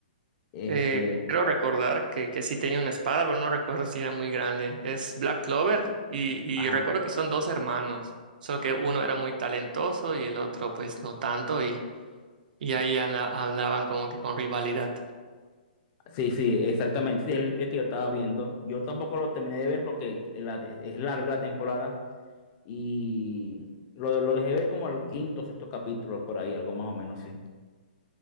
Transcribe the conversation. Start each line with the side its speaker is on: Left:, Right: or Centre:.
Left: Este,
Right: Eh, creo recordar que, que sí tenía una espada, pero no recuerdo si era muy grande. Es Black Clover y,
Left: ajá.
Right: y recuerdo que son dos hermanos, solo que uno era muy talentoso y el otro pues no tanto y, y ahí anda- andaban como que con rivalidad.
Left: Sí, sí, exactamente. Sí, el, el que yo estaba viendo. Yo tampoco lo terminé de ver porque la- es larga la temporada y lo, lo dejé ver como el quinto, sexto capítulo, por ahí, algo más o menos así.